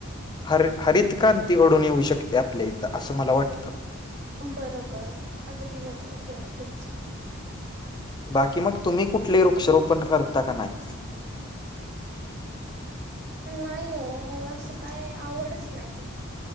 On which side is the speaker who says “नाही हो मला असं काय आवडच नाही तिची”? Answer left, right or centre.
Right